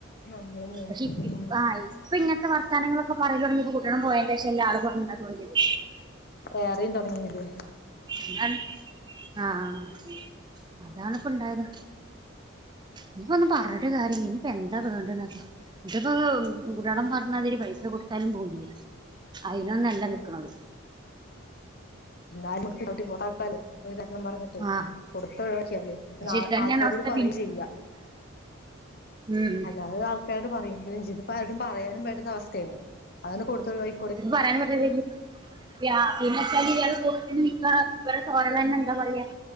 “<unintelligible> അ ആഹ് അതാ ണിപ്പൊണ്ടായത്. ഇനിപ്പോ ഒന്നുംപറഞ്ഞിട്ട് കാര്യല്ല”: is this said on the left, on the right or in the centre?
Right